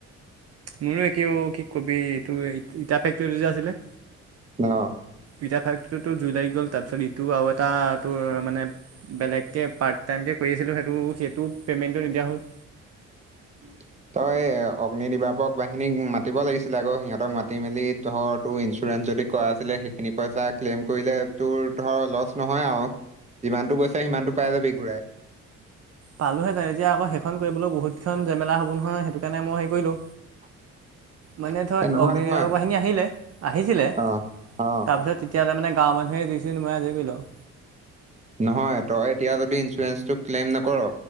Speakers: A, on the right; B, on the right.
A: মোৰো একে অ কি কবি এইটো ইটা ফেক্টৰী টো যে আছিলে?
B: অঁ।
A: ইটা ফেক্টৰীটোত জুই লাগি গ'ল তাৰপিছত ইটো আৰু এটা তোৰ মানে বেলেগকে পাৰ্ট টাইমকে কৰি আছিলো সেইটো সেইটো পেমেণ্টটো নিদিয়া হ'ল।
B: <unintelligible> তই অগ্নি দিবাপক বাহিনীক মাতিব লাগিছিল আকৌ সিহঁতক মাতি মেলি ধৰ তোৰ ইঞ্চুৰেঞ্চ যদি কৰা আছিলে সেইখিনি পইচা ক্লেইম কৰিলে তোৰ ধৰ লচ নহয় আৰু যিমানতটো বস্ত সিমানটো পাই যাবি ঘূৰাই।
A: পালোহে তাৰ এতিয়া আকৌ সেইখন কৰিবলৈ বহুতখন জেমেলা হব নহয় সেইটো কাৰণেই মই হেই কৰিলো।
B: <unintelligible>
A: মানে ধৰ
B: এ নহয়
A: অগ্নি
B: নহয়
A: বিভাগৰ বাহিনী আহিলে আহিছিলে
B: অ
A: তাৰপিছত
B: অ
A: তেতিয়ালে মানে গাঁৱ মানুহেই জুই চুই নুমাই আজৰি কৰিলোঁ আও।
B: নহয় তই এতিয়া যদি ইঞ্চুৰেন্ঞ্চটো ক্লেইম নকৰ